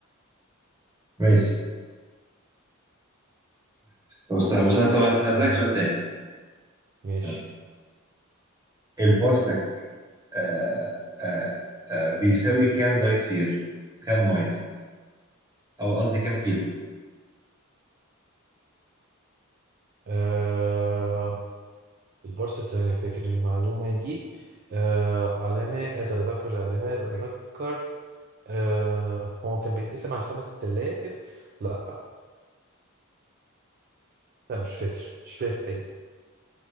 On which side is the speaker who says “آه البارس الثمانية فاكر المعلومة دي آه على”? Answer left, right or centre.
Right